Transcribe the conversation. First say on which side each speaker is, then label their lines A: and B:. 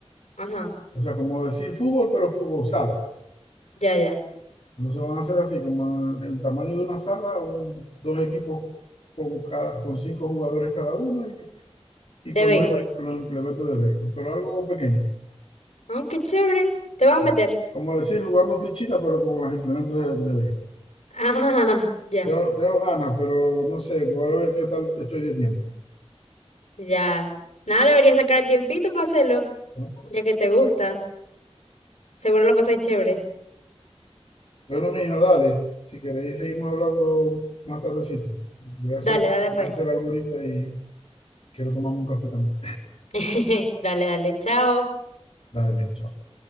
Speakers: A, on the left; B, on the left.
A: ajá.
B: O sea, como decir fútbol, pero fútbol sala.
A: Ya, ya.
B: Entonces van a ser así, como el, el tamaño de una sala, un- dos equipos con, cada- con cinco jugadores cada uno y, y
A: De
B: con
A: béisbol.
B: los, los implementos de béisbol, pero algo pequeño.
A: Oh, qué chévere. ¿Te vas a
B: sí.
A: meter? <laughs>
B: Como decir, jugando flechita, pero con los implementos de, de béisbol.
A: Ah, ya,
B: Tengo, tengo ganas, pero no sé, voy a ver qué tal estoy de tiempo.
A: ya. Nada, deberías sacar el tiempito para hacerlo,
B: ¿no?
A: ya que te gusta. Seguro lo pasáis chévere.
B: Bueno, mija, dale. Si queréis, seguimos hablando más tardecito. Voy a hacer,
A: Dale, dale,
B: voy
A: pues.
B: a hacer algo ahorita y quiero tomarme un café también.
A: <laughs> Dale, dale. Chao.
B: Dale, mija, chao.